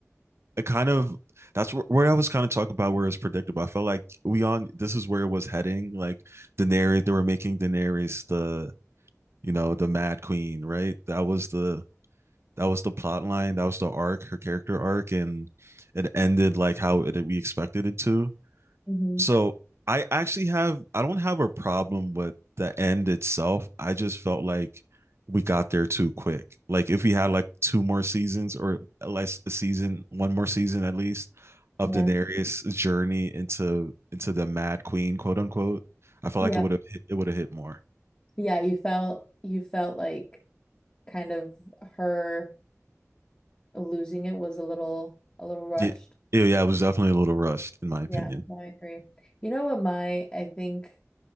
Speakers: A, on the right; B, on the left.
A: it kind of that's where, where I was kind of talking about where it's predictable. I felt like we on this is where it was heading. Like Daenerys, they were making Daenerys the you know the Mad Queen, right? That was the that was the plot line. That was the arc, her character arc, and it ended like how it, we expected it to.
B: hmm
A: So I actually have I don't have a problem with the end itself. I just felt like we got there too quick. Like if we had like two more seasons or less a season, one more season at least of
B: Yeah.
A: Daenerys' journey into into the Mad Queen, quote unquote, I felt
B: Yeah.
A: like it would have it would have hit more.
B: Yeah, you felt you felt like kind of her losing it was a little a little rushed.
A: Yeah, yeah, it was definitely a little rushed in my opinion.
B: Yeah, no, I agree. You know what my I think